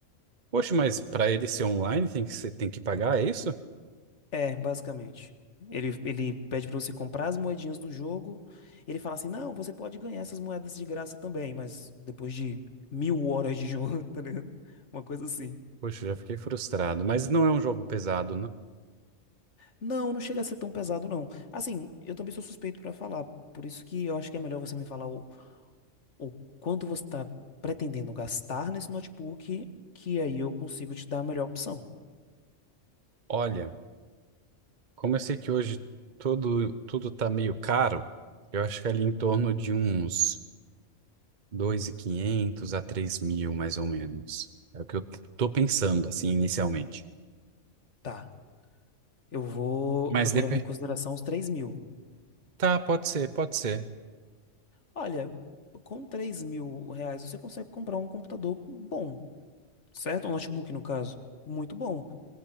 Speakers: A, on the right; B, on the left.
A: Poxa, mas para ele ser online tem que ser, tem que pagar, é isso?
B: É, basicamente. Ele, ele pede pra você comprar as moedinhas do jogo. Ele fala assim: não, você pode ganhar essas moedas de graça também, mas depois de mil horas de jogo, <laughs> tá ligado? Uma coisa assim.
A: Poxa, já fiquei frustrado. Mas não é um jogo pesado, né?
B: Não, não chega a ser tão pesado, não. Assim, eu também sou suspeito pra falar, por isso que eu acho que é melhor você me falar o, o quanto você tá pretendendo gastar nesse notebook, que aí eu consigo te dar a melhor opção.
A: Olha, como eu sei que hoje tudo, tudo tá meio caro, eu acho que é ali em torno de uns. dois mil e quinhentos a 3.000 mais ou menos. É o que eu tô pensando, assim, inicialmente.
B: Tá. Eu vou,
A: Mas
B: eu vou
A: depende.
B: levar em consideração os três mil.
A: Tá, pode ser, pode ser.
B: Olha, com três mil reais você consegue comprar um computador bom, certo? Um notebook, no caso. Muito bom.